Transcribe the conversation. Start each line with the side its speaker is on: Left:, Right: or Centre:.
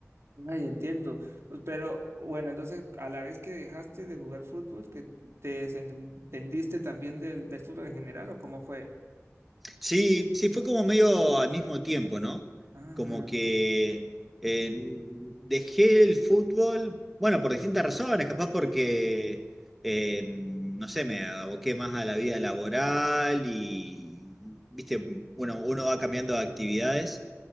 Right: Ay, entiendo. Pues, Pero bueno, entonces a la vez que dejaste de jugar fútbol, que te desentendiste también del, del fútbol en general, ¿o cómo fue?
Centre: Sí, sí, fue como medio al mismo tiempo, ¿no?
Right: Ajá.
Centre: Como que eh, dejé el fútbol, bueno, por distintas razones, capaz porque, eh, no sé, me aboqué más a la vida laboral y, viste, bueno, uno va cambiando de actividades.